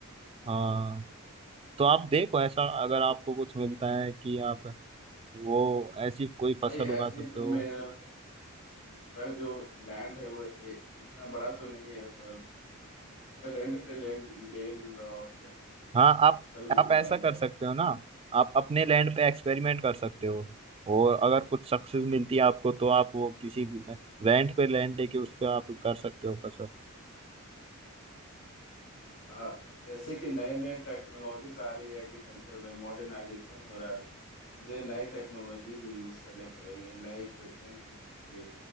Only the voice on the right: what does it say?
हाँ तो आप देखो ऐसा अगर आपको कुछ मिलता है कि आप वो ऐसी कोई
फसल
उगा सकते
हो
हाँ
आप
आप ऐसा कर सकते हो ना आप अपने लैंड पे एक्सपेरिमेंट कर सकते हो और अगर कुछ सक्सेस मिलती है आपको तो आप वो किसी रेंट पे लैंड लेके उस पे आप कर सकते हो फसल